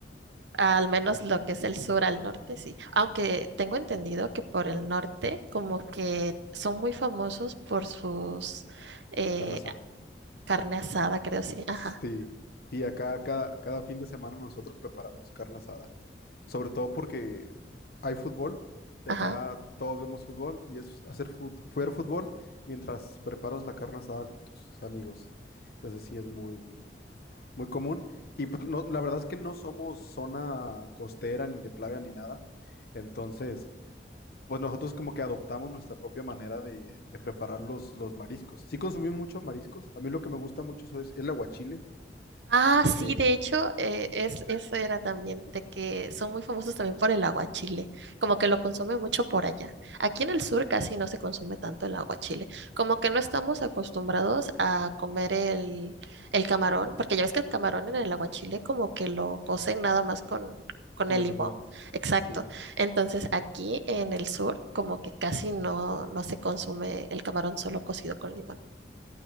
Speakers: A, on the right (about 85°); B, on the left (about 55°).
A: al menos lo que es el sur al norte, sí. Aunque tengo entendido que por el norte como que son muy famosos por sus eh,
B: carne asada.
A: carne asada, creo, sí. Ajá,
B: Sí, sí, acá cada, cada fin de semana nosotros preparamos carne asada. Sobre todo porque hay fútbol y
A: ajá.
B: acá todos vemos fútbol y es hacer fut- ver fútbol mientras preparas la carne asada con tus amigos. Entonces sí es muy, muy común. Y pues no, la verdad es que no somos zona costera ni de plaga ni nada. Entonces, pues nosotros como que adoptamos nuestra propia manera de, de preparar los, los mariscos. Sí consumimos muchos mariscos. A mí lo que me gusta mucho eso es el aguachile
A: Ah, sí,
B: eh,
A: de hecho, eh, es, eso era también, de que son muy famosos también por el aguachile, como que lo consume mucho por allá. Aquí en el sur casi no se consume tanto el aguachile, como que no estamos acostumbrados a comer el, el camarón, porque ya ves que el camarón en el aguachile como que lo cocen nada más con, con
B: con
A: el
B: el
A: limón.
B: limón.
A: Exacto.
B: Sí,
A: Entonces aquí en el sur como que casi no, no se consume el camarón solo cocido con limón.